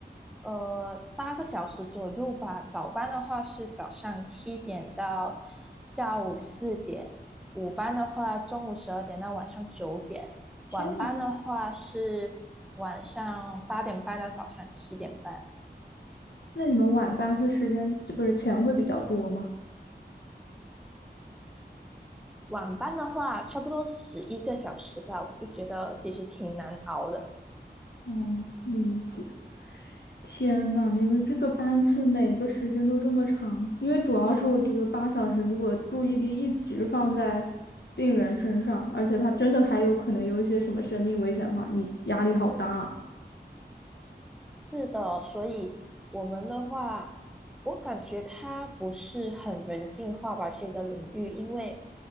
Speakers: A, in the centre; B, on the left.
A: 呃八个小时左右吧。早班的话是早上七点到下午四点，午班的话中午十二点到晚上九点，
B: 天呐，
A: 晚班的话是晚上八点半到早上七点半。
B: 那你们晚班会时间，不是钱会比较多吗？
A: 晚班的话，差不多十一个小时吧，我就觉得其实挺难熬的。
B: 哦，理解。天呐，你们这个班次每个时间都这么长，因为主要是我觉得八小时如果注意力一直放在病人身上，而且他真的还有可能有一些什么生命危险的话，你压力好大啊。
A: 是的，所以我们的话，我感觉它不是很人性化吧，这个领域，因为，